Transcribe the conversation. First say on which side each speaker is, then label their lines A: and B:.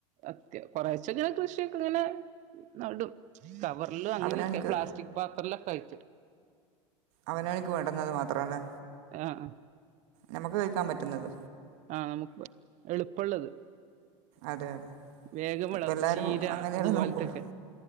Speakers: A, on the right; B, on the right.
A: അത്യാ കൊറേച്ച ഇങ്ങനെ കൃഷിയൊക്കെ ഇങ്ങനെ ന്നടും കവറൽ അങ്ങനെയൊക്കെ
B: അവനവനിക്ക്
A: പ്ലാസ്റ്റിക് പാത്രിലൊക്കെ ആയിട്ട്
B: അവനാനിക്ക് വേണ്ടന്നത് മാത്രംല്ലേ
A: ആഹ
B: നമുക്ക് കേഴിക്കാൻ പറ്റുന്നത്
A: ആഹ നമുക്ക് എളുപ്പള്ളത്
B: അതെ അതെ
A: വേഗം വള
B: ഇപ്പം എല്ലാവരും
A: ചീര
B: അങ്ങനെയല്ലേ
A: അതുപോലത്തൊക്കെ
B: നോക്കുള്ളൂ